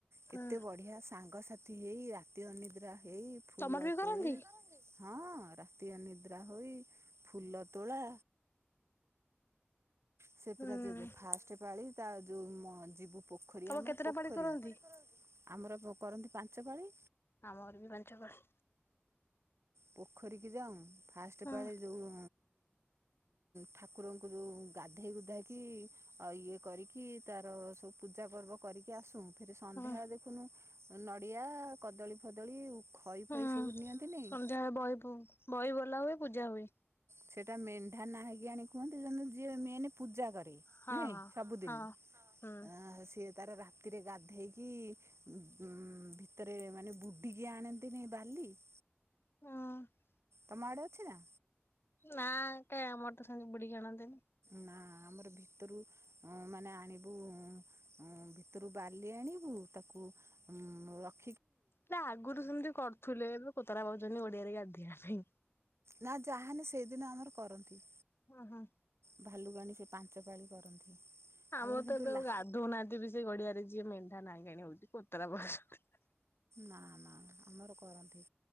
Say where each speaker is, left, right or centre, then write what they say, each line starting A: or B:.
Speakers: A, on the right; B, on the left.
A: କେତେ
B: ହଁ
A: ବଢିଆ ସାଙ୍ଗସାଥି ହେଇ ରାତି ଅନିଦ୍ରା ଏଇ ଫୁଲ
B: ତମର ବି କରନ୍ତି?
A: ତୋଳି ହଁ ରାତି ଅନିଦ୍ରା ହୋଇ ଫୁଲ ତୋଳା ସେ
B: ହୁଁ
A: ପୁରା ଯେ ଯେ ଫାଷ୍ଟ ପାଳି ତା ଯୋଉ ଯିବୁ ପୋଖରୀ
B: ତମ
A: ଆମର
B: କେତେଟା
A: ପୋଖରୀ
B: ପାଡି କରନ୍ତି?
A: ଆମର ଅ କରନ୍ତି ପାଞ୍ଚ ପାଳି।
B: ଆମ ମର ବି ପାଞ୍ଚ ପାଳି।
A: ପୋଖରୀକୁି ଯାଉ ଫାଷ୍ଟ
B: ହଁ
A: ପାଳି ଯୋଉ ଠାକୁରଙ୍କୁ ଯୋଉ ଗାଧେଇ ଗୁଧେଇକି ଆ ଇଏ କରିକି ତାର ସବୁ ପୂଜା ପର୍ବ କରିକି ଆସୁ ଫେରେ ସନ୍ଧ୍ୟା
B: ହଁ
A: ବଳେ ଦେଖୁନୁ ନଡିଆ କଦଳୀ ଫଦଳୀ ଖଇ
B: ହୁଁ
A: ଫଇ ସବୁ ନିଅନ୍ତି ନାଇଁ?
B: ସନ୍ଧ୍ୟାବେଳେ ବହି ବହି ବୋଲା ହୁଏ ପୂଜା ହୁଏ।
A: ସେଇଟା ମେଣ୍ଢା ନା ହେକି ଆଣି କୁହନ୍ତି ଯେୁ ଯିଏ ମେନେ ପୂଜା କରେ
B: ହଁ
A: ନୁହେଁ
B: ହଁ
A: ସବୁଦିନ
B: ହଁ ହୁଁ
A: ଆ ସେ ତାର ରାତିରେ ଗାଧେଇକି ଉ ଭିତରେ ମାନେ ବୁଡ଼ିକି ଆଣନ୍ତିନି ବାଲି? ଟି
B: ହୁଁ
A: ତମ ଆଡେ ଅଛି ନା?
B: ନା କାଇଁ ଆମର ତ ସେ ବୁଡିକି ଆଣନ୍ତିନି?
A: ନା ଆମର ଭିତରୁ ଅ ମାନେ ଆଣିବୁ ଅ ଭିତରୁ ବାଲି ଆଣିବୁ ତାକୁ ହୁଁ।
B: ହେଲେ ଆଗରୁ ସେମିତି କରୁଥିଲେ ଏବେ କୁତରା ପାଉଚନ୍ତି ଓଡିଆରେ ଗାଧିବା ପାଇଁ।
A: ନା ଯାହାନି ସେଇଦିନ ଆମର କରନ୍ତି।
B: ହଁ ହଁ।
A: ଭାଲୁକୁଣି ସେ ପାଞ୍ଚ ପାଳି କରନ୍ତି।
B: ଆମର
A: କିନ୍ତୁ
B: ତ ଏବେ
A: ଲା
B: ଆଉ ଗାଧଉନାହାନ୍ତି ବି ସେ ଗଡିଆରେ ଯିଏ ମେଣ୍ଢା ନାହିଁ କିଣି ହଉଚି କ ତ ରା <unintelligible>
A: ନା ନା ଆମର କରନ୍ତି।